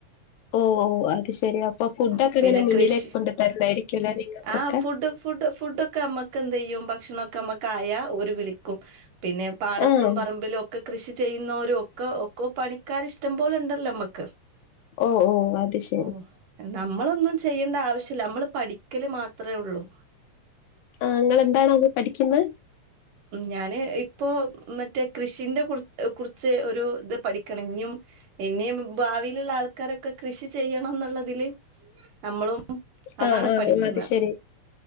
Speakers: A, on the left; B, on the right.
A: ഓ ഓ അത് ശെരി അപ്പൊ ഫുഡ്
B: ഉം,
A: ഒക്കെ
B: പിന്നെ
A: ഇങ്ങനെ മുന്നിലേ
B: കൃഷി
A: കൊണ്ടു തരലായിരിക്കുല്ലോ നിങ്ങ ക്കൊക്കെ
B: ആ ഫുഡ് ഫുഡ് ഫുഡ് ക്കെ അമ്മക്ക് എന്തയ്യും ഭക്ഷണൊക്കെ അമ്മക്കായ ഒരു വിളിക്കും പിന്നെ പാടത്തും
A: ആഹ്
B: പറമ്പിലും ഒ ക്കെ കൃഷി ചെയ്യുന്നോരും ഒക്കെ ഒക്കെ പണിക്കാര് ഇഷ്ടം പോലെണ്ടല്ലോ നമ്മക്ക്
A: ഓ ഓ അത് ശെ
B: ഓ നമ്മളൊന്നും ചെയ്യേണ്ട ആവശ്യല്ല നമ്മള് പഠിക്കല് മാത്ര ഒള്ളൂ
A: ആഹ് ഇങ്ങളെന്താണവിടെ പഠിക്കുന്നെ
B: ഞാന് ഇ പ്പൊ മറ്റേ കൃഷിന്റെ കു കുറിച്ച് ഒരു ഇത് പഠിക്കണെഞ്ഞും ഇനിയും ഭാവിയിലുള്ള ആൾക്കാരൊക്കെ കൃഷി ചെയ്യണം ന്നുള്ളതില് നമ്മളും ഉ അതാണ്
A: ആഹ് ആഹ്
B: പഠിക്കുന്ന.
A: അത് ശരി.